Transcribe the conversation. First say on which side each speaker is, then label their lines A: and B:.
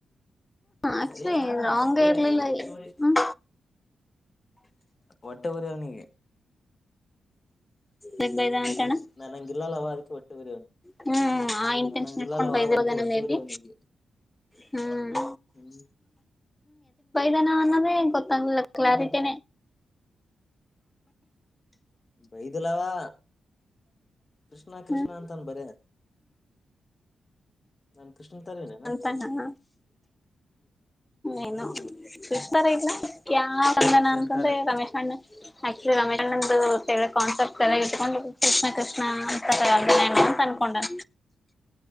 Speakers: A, on the left; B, on the left.
A: ಆಕ್ಚುಲಿ
B: ಬರಿಲ್ಲಾ
A: ರಾಂಗೇ
B: ಬರ
A: ಇರ್ಲಿಲ್ಲ
B: ಉಟು
A: ಹ್ಮ
B: ಒಟ್ಟಪರಾವನಿಗೆ
A: ಯಾಕ್ ಬೈದಾನ
B: ನನ್ನಂಗ
A: ಅಂತಣ್ಣ
B: ನಾನ ಅಂಗಲ್ಲಾಲ್ಲ ಅವ ಅವದಕ್ಕೆ ಒಟ್ಟ ಬಿರಿವನೆ
A: ಹ್ಮ್ ಆ ಇಂಟೆನ್ಷನ್
B: ನನ್ನುಂಗ ಇಲ್ಲಲ್ಲವಾ
A: ಇಟ್ಕೊಂಡ್ ಬೈದಿರೋದೇನ
B: ಬಳಕಿ ಒಟ್ಟ
A: ಮೇ
B: ಬಿರವ
A: ಬಿ
B: ನೀಗೆ
A: ಹ್ಮ್
B: ಹ್ಮ
A: ದಾನ ಅನ್ನೋದೇ ಗೊತ್ತಂಗಿಲ್ಲ ಕ್ಲಾರಿಟೇ
B: ಹಾಕ್ತೇನಿ ಬೈದಲವಾ ಕೃಷ್ಣ ಕೃಷ್ಣ
A: ಹ್ಮ್
B: ಅಂತಾನ ಬರೇ ನಾನ್ ಕೃಷ್ಣ ತರನೇನ
A: ಅಂತಾನ ಹ
B: ಹ್ಮ್
A: ಏನು ಎಸ್ಟತಾರ ಇಲ್ಲಾ ಯಾವ ತಂದಾನ
B: ಎಕ್ಸಲೆಂಟ್
A: ಅಂತಂದ್ರೆ
B: ಕಾಲೇಜ್
A: ರಮೇಶ್ ಅಣ್ಣ ಆಕ್ಚುಲಿ ರಮೇಶ್ ಅಣ್ಣದು ಕಾನ್ಸೆಪ್ಟಸ್ ಎಲ್ಲಾ ಇಟ್ಕೊಂಡು ಕೃಷ್ಣ ಕೃಷ್ಣ ತರುತ್ತಾರೆ ಏನ್ ಅಂತ ಅನ್ಕೊಂಡೆ